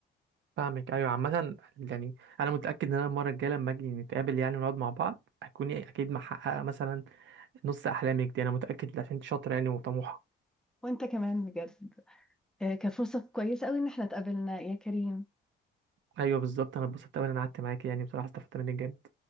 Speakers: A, on the right; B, in the centre.
A: فاهمك ايوه عامه يعني انا متاكد ان انا المره الجايه لما اجي نتقابل يعني ونقعد مع بعض هتكوني اكيد محققه مثلا نص احلامك دي انا متاكد عشان انت شاطره يعني وطموحه
B: وانت كمان بجد آه، كانت فرصة كويسة قوي ان احنا اتقابلنا يا كريم
A: ايوه بالظبط انا اتبسطت أوي ان انا قعدت معاك يعني بصراحه استفدت منك جامد